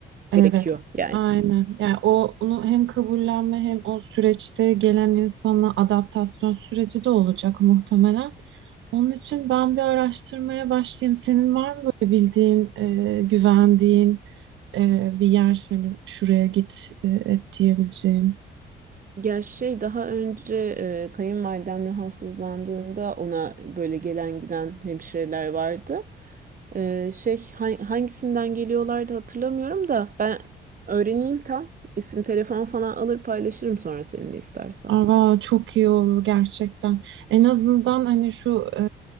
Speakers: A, on the right; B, on the right.
A: Evet,
B: gerekiyor yani.
A: aynen. Yani o onu hem kabullenme hem o süreçte gelen insanla adaptasyon süreci de olacak muhtemelen. Onun için ben bir araştırmaya başlayayım. Senin var mı böyle bildiğin, e, güvendiğin e, bir yer, hani şuraya git e, et diyebileceğin?
B: Ya şey daha önce e, kayınvalidem rahatsızlandığında ona böyle gelen giden hemşireler vardı. E, şey ha- hangisinden geliyorlardı hatırlamıyorum da ben öğreneyim tam. İsim telefon falan alır paylaşırım sonra seninle istersen.
A: Aa, çok iyi olur gerçekten. En azından hani şu e,